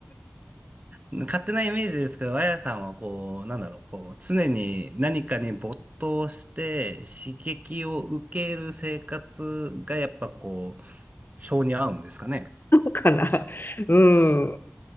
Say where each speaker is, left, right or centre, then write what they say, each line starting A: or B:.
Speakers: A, on the right; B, on the left.
A: なん勝手なイメージですけど、あやさんはこう、なんだろう、こう、常に何かに没頭して刺激を受ける生活がやっぱこう、性に合うんですかね。
B: そうかな。うん。